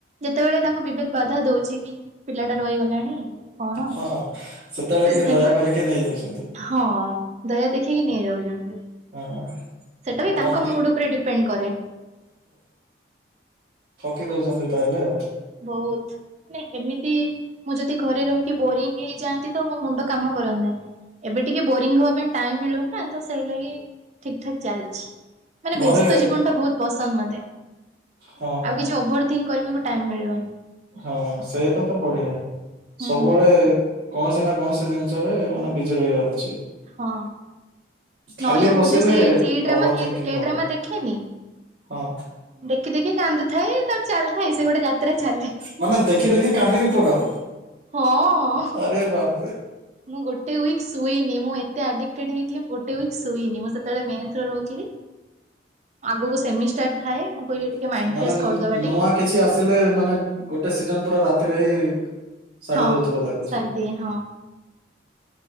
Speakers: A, on the right; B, on the right.
A: ଯେତେବେଳେ ତାଙ୍କୁ ବିବେକ ବାଧା ଦଉଛି କି ପିଲା ଟା ରହିଗଲାଣି କଣ
B: ହଁ ହଁ ସେତେବେଳେ ଟିକେ
A: ସେମ
B: ଦୟା କରିକି ନେଇଯାଉଛନ୍ତି।
A: ହଁ ଦୟା ଦେଖେଇକି ନେଇଯାଉଛନ୍ତି।
B: ହଁ।
A: ସେଇଟା ବି
B: କଣ
A: ତାଙ୍କ ମୁଡ ଉପରେ ଡିପେଣ୍ଡ କରେ।
B: ଠକି ଦଉଛନ୍ତି ତାହେଲେ ଆଉ।
A: ବହୁତ। ମାନେ ଏମିତି ମୁଁ ଯଦି ଘରେ ରହିକି ବୋରିଙ୍ଗ ହେଇଯାଆନ୍ତି ତ ମୋ ମୁଣ୍ଡ କାମ କରନ୍ତା ନି। ଏବେ ଟିକେ ବୋରିଙ୍ଗ ହବା ପାଇଁ ଟାଇମ ମିଳୁନି ନା ତ ସେଇ ଲାଗି ଠିକଠାକ ଚାଲିଛି। ମାନେ
B: ଘରେ
A: ବ୍ୟସ୍ତ ଜୀବନ ଟା ବହୁତ ପସନ୍ଦ ମତେ
B: ହଁ ହଁ
A: ଆଉ କିଛି ଓଭର ଥିଙ୍କ କରିବାକୁ ଟାଇ ମିଳିବନି।
B: ହଁ ସେଇଟା ତ ବଢିଆ
A: ହୁଁ।
B: ସବୁବେଳେ କୌଣସି ନା କୌଣସି ଜିନିଷରେ ମାନେ ବିଜି ରହିବାର ଅଛି।
A: ହଁ।
B: ଖାଲି
A: ନହେଲେ
B: ବସିଲେ
A: ମୁଁ ଯୋଉ ସେଇ ସି ଡ୍ରାମା
B: ଓଭର ଥିଙ୍କିଙ୍ଗ ହବ
A: ଡ୍ରାମା ଦେଖେନି
B: ହଁ
A: ଦେଖି ଦେଖି କାନ୍ଦୁଥାଏ ତା ଚାଲିଥାଏ ସେ ଗୋଟେ ଯାତ୍ରା ଚାଲେ।
B: ମାନେ ଦେଖି ଦେଖି କାନ୍ଦି ବି ପକାଅ
A: ହଁ
B: ଆରେ ବାପରେ
A: ମୁଁ ଗୋଟେ ଉଇକ ଶୋଇନି ମୁଁ ଏତେ ଆଡିକଟେଡ଼ ହେଇଥିଲି ଗୋଟେ ୱିକ୍ ମୁଁ ସୋଇନି ମାନସ ରହୁଥିଲି। ଆଗକୁ ସେମିଷ୍ଟାର ଥାଏ ମୁଁ କହିଲି ଟିକେ ମାଇଣ୍ଡ
B: ମାନେ
A: ଫ୍ରେଶ କରିଦବା ଟିକେ
B: ନୂଆ କିଛି ଆସିଲେ ମାନେ ଗୋଟେ ସିଜନ ପୁର ରାତିରେ ହିଁ। ସାରି
A: ହଁ।
B: ଦଉଥିବ ଲାଗୁଛି।
A: ସାରିଦିଏ ହଁ